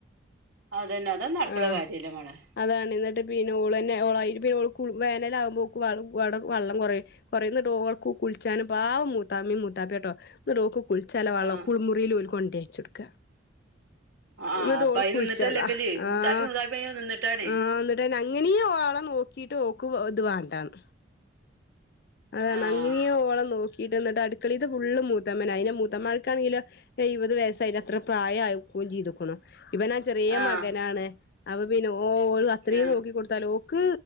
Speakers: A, on the right (about 80°); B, on the left (about 50°).
A: അതന്നെ അത് നട്ക്ക്‌ണ
B: ആഹ്
A: കാര്യല്ല മളെ
B: അതാണ് ഇന്നിട്ട് പിന്നെ ഓളെന്നെ ഓളായി പി ഓൾ കുൾ വേനലാവുമ്പോക്ക്‌ വടം വള്ളം അവിടെ വെള്ളം കൊറ പറയുന്നേട്ടു ഓൾക്ക് കുളിച്ചാനും പാവം മൂത്തമ്മീം മൂത്താപ്പ്യട്ടോ ന്നട്ടോക്ക് കുൾച്ചാള്ള വള്ളം
A: ആഹ്
B: ലോൽ കൊണ്ടേച്ചൊട്ക്ക
A: ആഹ്
B: ന്നിട്ടോൾ
A: അപ്പൊ അയി
B: കുൾച്ചതാ
A: നിന്നിട്ടല്ലേ ഇബല്
B: ആഹ്
A: മൂത്താപ്പി മൂത്താപ്പി അയി നിന്നിട്ടാണേ
B: ആ ന്നട്ട് തന്നങ്ങനീ ഓളെ നോക്കീട്ട് ഓക്ക് ത് വാണ്ടാണ് അതാണ്
A: ആഹ്
B: അങ്ങനീ ഓളെ നോക്കീട്ട് ന്നട്ട് അടുക്കളീത്തെ ഫുള്ള് മൂത്തമ്മന്നെ അയ്നെ മൂത്തമ്മാക്കാണെങ്കില് എഴുപത് വയസ്സായിണ് അത്ര പ്രായായിക്കുണും ചെയ്തുക്ക്‌ണു ഇവനാ ചെറിയ
A: ആഹ്
B: മകനാണ് അപ്പ പിന്നെ ഓൾ അത്രീം
A: ആഹ്
B: നോക്കിടുത്താലോ ക്ക്‌